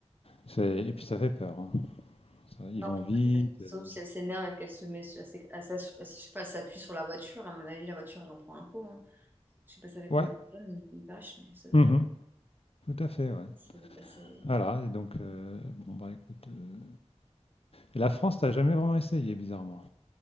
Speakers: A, on the left; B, on the right.
A: C'est- Et puis ça fait peur. hein. Ça- ils
B: Alors,
A: vont
B: plutôt,
A: vite.
B: surtout
A: euh,
B: si elle s'énerve et qu'elle se met, sur- à s'é- à s'ass- je sais pas, elle s'appuie sur la voiture, à mon avis, la voiture, elle en prend un coup. hein. Je sais pas, ça fait
A: ouais,
B: combien de tonnes, une, une vache, mais ça doit
A: mhm,
B: être,
A: tout à fait. Ouais.
B: ça doit être assez...
A: Voilà, et donc, euh, bon, bah écoute. euh, et la France, t'as jamais vraiment essayé, bizarrement.